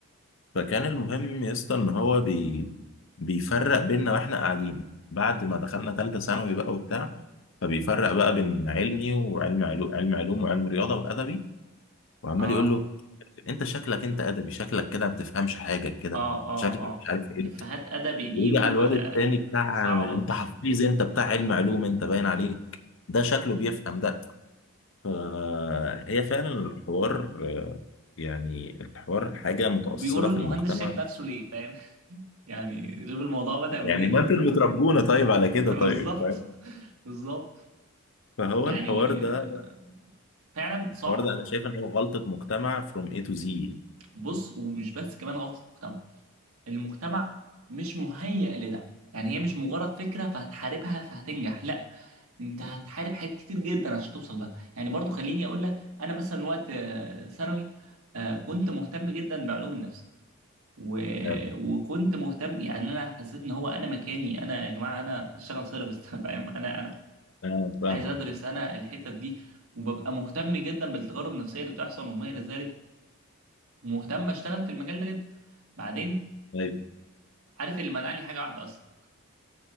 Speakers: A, on the left; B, on the right.
A: فكان المهم يا اسطى ان هو بي... بيفرق بيننا واحنا قاعدين بعد ما دخلنا ثالثه ثانوي بقى وبتاع فبيفرق بقى بين علمي وعلم علوم علم علوم وعلم رياضه وادبي وعمال
B: اه
A: يقول له انت شكلك انت ادبي شكلك كده ما بتفهمش حاجه كده
B: اه اه
A: شكلك
B: اه
A: مش عارف ايه
B: افيهات ادبي دي
A: ويجي
B: و
A: على الواد
B: آه،
A: التاني بتاع
B: صعبه
A: انت حفيظ انت بتاع علم علوم انت باين عليك ده شكله بيفهم ده فهي فعلا الحوار آه، يعني الحوار حاجة متأصلة
B: وبيقولوا
A: في
B: المهندس
A: المجتمع
B: شايف نفسه ليه فاهم <laughs> يعني شوف الموضوع بدأ منين
A: يعني ما انتوا اللي بتربونا طيب على
B: <laughs>
A: كده طيب
B: بالظبط
A: فاهم
B: بالظبط
A: فهو
B: يعني
A: الحوار ده
B: آه، فعلا صعب
A: الحوار ده انا شايف ان هو غلطة مجتمع from A to Z يعني.
B: بص ومش بس كمان غلطة المجتمع المجتمع مش مهيئ لده يعني هي مش مجرد فكرة فهتحاربها فهتنجح لا انت هتحارب حاجات كتير جدا عشان توصل لها يعني برضو خليني اقول لك انا مثلا وقت آه، ثانوي آه، كنت مهتم جدا بعلوم النفس و...
A: فاهم
B: وكنت مهتم يعني انا حسيت ان هو انا مكاني انا يا جماعة انا هشتغل سيرابيست <laughs> فاهم انا انا
A: اه
B: عايز
A: فاهمك
B: ادرس انا الحتت دي وببقى مهتم جدا بالتجارب النفسية اللي بتحصل وما الى ذلك ومهتم اشتغل في المجال ده جدا بعدين
A: طيب
B: عارف اللي منعني حاجه واحده اصلا